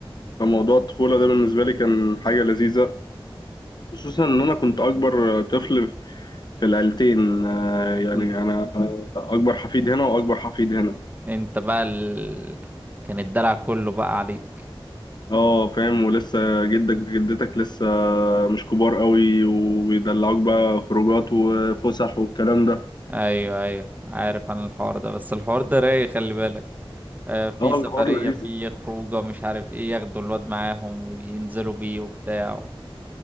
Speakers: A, on the left (about 50°); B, on the right (about 20°).
A: فموضوع الطفوله ده بالنسبه لي كان حاجه لذيذه خصوصا ان انا كنت اكبر طفل في العيلتين آه، يعني
B: كنت
A: انا آه، اكبر حفيد هنا واكبر حفيد هنا
B: انت بقى ال... كان الدلع كله بقى عليك
A: اه فاهم ولسه جدك وجدتك لسه مش كبار قوي وبيدلعوك بقى خروجات وفسح والكلام ده
B: ايوه ايوه عارف عن الحوار ده بس الحوار ده رايق خلي بالك آه في
A: اه
B: سفرية
A: الحوار لذيذ
B: في خروجة مش عارف ايه ياخدوا الواد معاهم وينزلوا بيه وبتاع